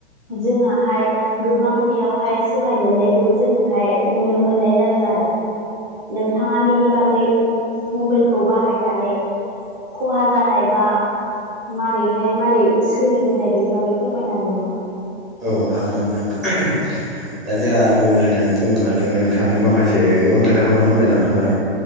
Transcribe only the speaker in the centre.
औ हागोन नोंथां दा जोंहा मबाइल होननानै बुङोब्लाथ' नोंथांनो माखासे गोबां खोथाखौनो फोरमायलांखाबाय